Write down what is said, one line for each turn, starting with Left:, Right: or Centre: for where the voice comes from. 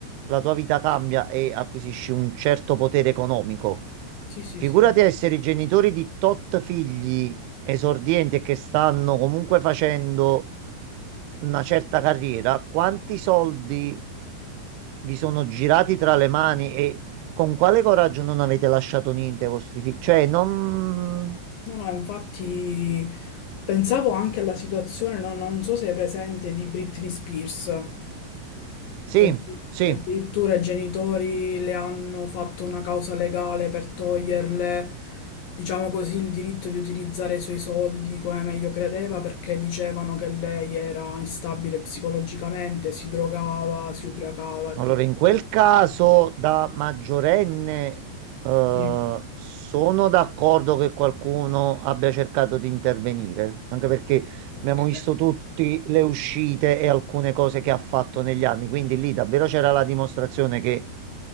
Right: la tua vita cambia e acquisisci un certo potere economico.
Left: sì, sì,
Right: Figurati
Left: sì.
Right: a essere i genitori di tot figli esordienti e che stanno comunque facendo una certa carriera, quanti soldi vi sono girati tra le mani e con quale coraggio non avete lasciato niente ai vostri figli? Cioè, non...
Left: No, no, infatti pensavo anche alla situazione, no- non so se è presente, di Britney Spears,
Right: Sì,
Left: che,
Right: sì.
Left: che addirittura i genitori le hanno fatto una causa legale per toglierle, diciamo così, il diritto di utilizzare i suoi soldi come meglio credeva, perché dicevano che lei era instabile psicologicamente, si drogava, si ubriacava e
Right: Allora,
Left: tutto
Right: in quel
Left: il resto.
Right: caso da maggiorenne, eh,
Left: Sì,
Right: sono d'accordo che qualcuno abbia cercato di intervenire, anche perché
Left: ok.
Right: abbiamo visto tutte le uscite e alcune cose che ha fatto negli anni, quindi lì davvero c'era la dimostrazione che